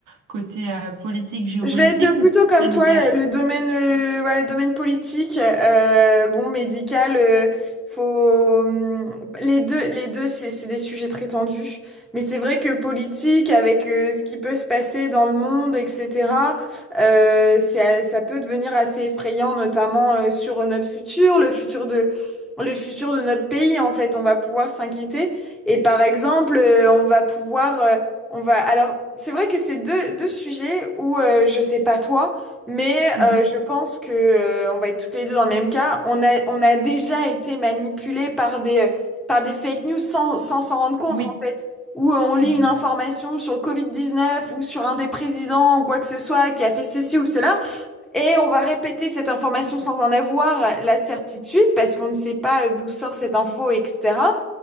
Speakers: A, on the right; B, in the centre.
A: côté euh, politique, géopolitique
B: Je vais être plutôt
A: ou
B: comme
A: planétaire?
B: toi, le, le domaine, euh, voilà, le domaine politique, euh, bon, médical, euh, faut, hum, les deux, les deux, c'est, c'est des sujets très tendus. Mais c'est vrai que politique, avec euh, ce qui peut se passer dans le monde, etc., euh, c'est, ça peut devenir assez effrayant, notamment euh, sur notre futur, le futur de, le futur de notre pays. En fait, on va pouvoir s'inquiéter. Et par exemple, euh, on va pouvoir euh, on va. Alors, c'est vrai que c'est deux, deux sujets où euh, je sais pas toi, mais
A: Mhm.
B: euh, je pense que euh, on va être toutes les deux dans le même cas. On a, on a déjà été manipulés par des, euh, par des fake news sans, sans s'en rendre compte
A: Oui.
B: en fait. Où euh, on lit
A: Mhm.
B: une information sur le covid neuf ou sur un des présidents ou quoi que ce soit qui a fait ceci ou cela, et on va répéter cette information sans en avoir la certitude parce qu'on ne sait pas euh, d'où sort cette info, etc.